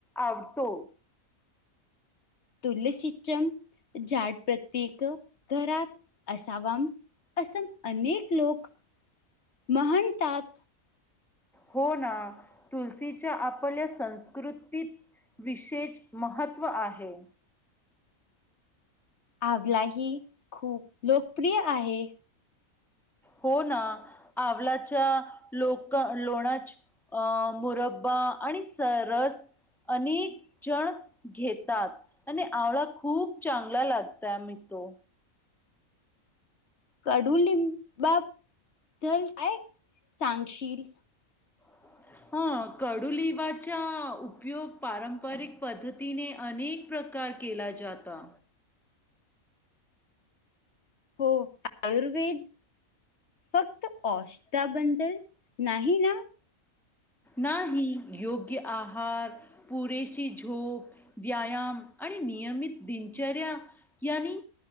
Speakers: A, in the centre; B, on the left.
A: आवडतो.
B: तुळशीच झाड प्रत्येक घरात असावा असं अनेक लोक म्हणतात.
A: होना तुलसच्या आपल्या संस्कृतीत विशेष महत्त्व आहे.
B: आवलाही खूप लोकप्रिय आहे.
A: होना आवलाच्या लोक लोणा अ मुरब्बा आणि सरस अनेक जण घेतात. आणि आवळा खूप चांगला लागताय मी तो.
B: कडुलिंबाबदल काय सांगशील?
A: ह <unintelligible> हा कडू लिंबाच्या उपयोग पारंपरिक पद्धतीने अनेक प्रकार केला जाता.
B: हो आयुर्वेद फक्त औषदाबंदल नाही ना?
A: नाही योग्य आहार पुरेशी झोप व्यायाम आणि नियमित दिनचर्या यानी